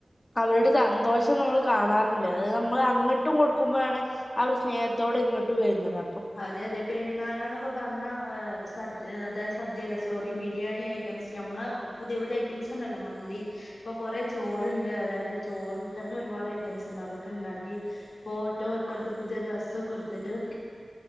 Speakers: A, on the left (about 40°); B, on the left (about 85°).
A: അവരുടെ സന്തോഷം നമ്മള് കാണാറുണ്ട് അത് നമ്മള് അ അങ്ങട്ടും കൊടുക്കുമ്പോഴാണ് അവർ സ്നേഹത്തോട് ഇങ്ങട്ടും വര്നത്
B: അതെ അതെ പെരുന്നാളന്നൊക്കെ പർഞ്ഞാ ആഹ് സദ്യ അതായത് സദ്യയല്ല സോറി ബിരിയാണി ഐറ്റംസ് ഞമ്മളെ പുതിയ പുതിയ ഐറ്റംസ് ണ്ടല്ലോ മന്തി ഇപ്പൊ കൊറെ ചോറ്ണ്ട് അതായത് ചോറിൽ തന്നെ ഒരുപാട് ഐറ്റംസ് ണ്ട് അതൊക്കെണ്ടാക്കി ഫോട്ടോ ഒക്കെ ഇട്ത്ത് പുതിയ ഡ്രസ്സൊക്കെ എട്ത്തിട്ട്